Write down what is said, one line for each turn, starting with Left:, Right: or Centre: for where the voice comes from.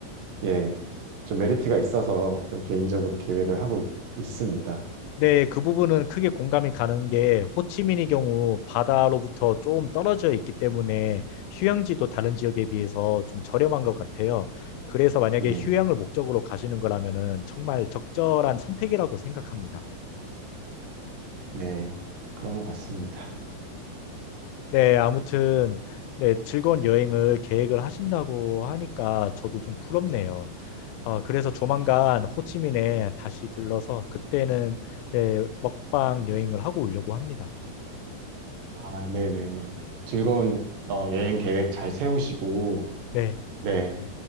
Right: 예, 좀 메리트가 있어서 좀 개인적으로 계획을 하고 있- 있습니다.
Left: 네, 그 부분은 크게 공감이 가는 게 호치민의 경우 바다로부터 좀 떨어져 있기 때문에 휴양지도 다른 지역에 비해서 좀 저렴한 것 같아요. 그래서 만약에
Right: 네,
Left: 휴양을 목적으로 가시는 거라면은 정말 적절한 선택이라고 생각합니다.
Right: 네. 그런 것 같습니다.
Left: 네, 아무튼 네, 즐거운 여행을 계획을 하신다고 하니까 저도 좀 부럽네요. 아, 그래서 조만간 호치민에 다시 들러서 그때는 네, 먹방 여행을 하고 오려고 합니다.
Right: 아, 네네네. 즐거운 어, 여행 계획 잘 세우시고,
Left: 네.
Right: 네.